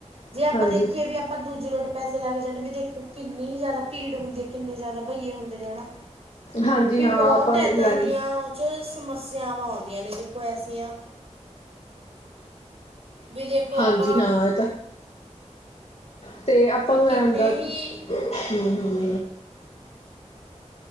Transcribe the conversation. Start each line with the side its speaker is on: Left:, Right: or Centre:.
Right: ਜੇ ਆਪਾਂ
Left: ਹਾਂਜੀ
Right: ਦੇਖੀਏ ਵੀ ਆਪਾਂ ਦੂਜੀੇ ਲੋਟ ਪੈਸੇ ਲੈ ਕੇ ਜਾਂਦੇ ਵੀ ਦੇਖੋ ਕਿੰਨੀ ਹੀ ਜ਼ਿਆਦਾ ਭੀੜ ਹੁੰਦੀ ਹੈ ਕਿੰਨੇ ਜ਼ਿਆਦਾ ਬਈਏ ਹੁੰਦੇ ਨੇ ਹੈ ਨਾ।
Left: ਹਾਂਜੀ
Right: ਵੀ
Left: ਹਾਂ
Right: ਬਹੁਤ
Left: ਆਪਾਂ
Right: ਇੱਦਾਂ
Left: ਨੂੰ ਲੈਣ
Right: ਦੀਆਂ ਉਹ ਸਮੱਸਿਆਵਾਂ ਆਉਂਦੀਆਂ ਨੇ ਦੇਖੋ ਐਸੀਆਂ। ਵੀ ਦੇਖੋ,
Left: ਹਾਂਜੀ
Right: ਆਪਾਂ
Left: ਹਾਂ ਅਤੇ ਆਪਾਂ
Right: ਵੀ
Left: ਨੂੰ
Right: ਕਿੰਨੇ
Left: ਇਹ ਹੁੰਦਾ।
Right: ਹੀ
Left: ਹੂ- ਹੂ